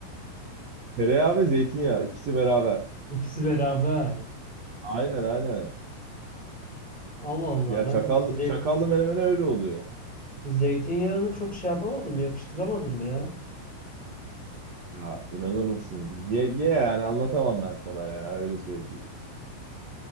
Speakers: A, on the right (about 80°); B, in the centre.
A: tereyağı ve zeytinyağı ikisi beraber.
B: İkisi beraber.
A: Aynen aynen.
B: Allah Allah
A: Ya
B: ben
A: çakal
B: zey-
A: çakallı menemen öyle oluyor.
B: zeytinyağını çok şey yapamadım. Yakıştıramadım ya.
A: Ya inanır mısın? Ye, ye yani anlatamam ben sana ya öyle söyleyeyim.